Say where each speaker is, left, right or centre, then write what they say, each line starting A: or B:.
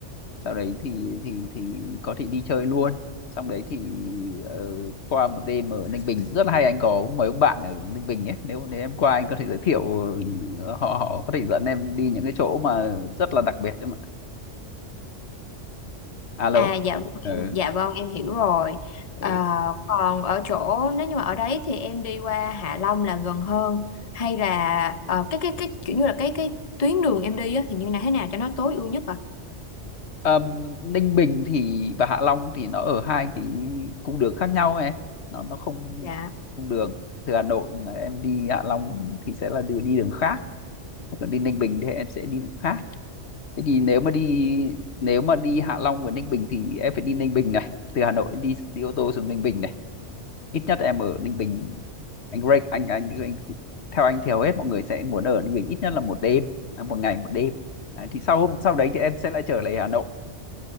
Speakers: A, on the left; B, on the left.
A: sau đấy thì thì thì có thể đi chơi luôn xong đấy thì ờ, qua một đêm ở Ninh Bình rất là hay anh có mấy ông bạn ở Ninh Bình ấy nếu nếu em qua anh có thể giới thiệu ờ, họ họ có thể dẫn em đi những cái chỗ mà rất là đặc biệt đấy mà alo
B: À dạ
A: ừ,
B: em dạ vâng em hiểu rồi. À,
A: ừ.
B: còn ở chỗ nếu như mà ở đấy thì em đi qua Hạ Long là gần hơn hay là ờ, cái cái cái kiểu như là cái cái tuyến đường em đi á, thì như là thế nào cho nó tối ưu nhất à?
A: Ờm, Ninh Bình thì và Hạ Long thì nó ở hai cái cung đường khác nhau ấy nó nó không
B: Dạ.
A: cung đường từ Hà Nội mà em đi Hạ Long thì sẽ là đường đi đường khác còn đi Ninh Bình thì em sẽ đi đường khác thế thì nếu mà đi nếu mà đi Hạ Long và Ninh Bình thì em phải đi Ninh Bình này từ Hà Nội đi đi ô tô xuống Ninh Bình này ít nhất em ở Ninh Bình anh Greg anh anh, anh theo anh thì hầu hết mọi người sẽ muốn ở Ninh Bình ít nhất là một đêm à, một ngày một đêm Đấy, thì sau hôm sau đấy thì em sẽ lại trở lại Hà Nội